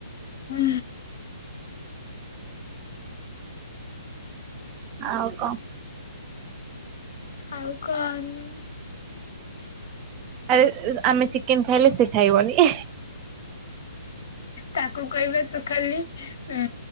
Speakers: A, on the left; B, on the right.
A: ହୁଁ।
B: ଆଉ କଣ।
A: ଆଉ କନ୍।
B: ଆରେ ଆମେ ଚିକେନ୍ ଖାଇଲେ ସେ ଖାଇବନି।
A: ତାକୁ କହିବା ତୁ ଖାଲି ଉଁ